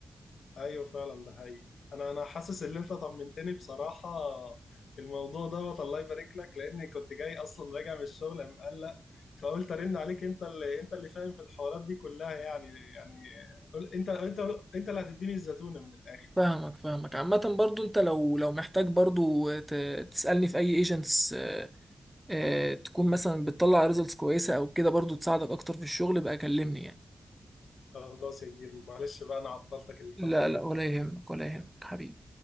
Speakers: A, on the left; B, in the centre.
A: ايوه فعلا ده حقيقي انا انا حاسس ان انت طمنتني بصراحه في الموضوع دوت الله يبارك لك لاني كنت جاي اصلا راجع من الشغل مقلق فقلت ارن عليك انت اللي انت اللي فاهم في الحوارات دي كلها يعني يعني قول- انت انت انت اللي هتديني الزتونه من الاخر
B: فاهمك فاهمك عامة برضو أنت لو لو محتاج برضو ت... تسألني في أي ايجنتس آه، تكون مثلا بتطلع ريزلتس كويسه او كده برضو تساعدك اكتر في الشغل بقى كلمني يعني
A: خلاص يا كبير معلش بقى انا عطلتك الفتره
B: لا
A: دي
B: لا ولا يهمك ولا يهمك حبيبي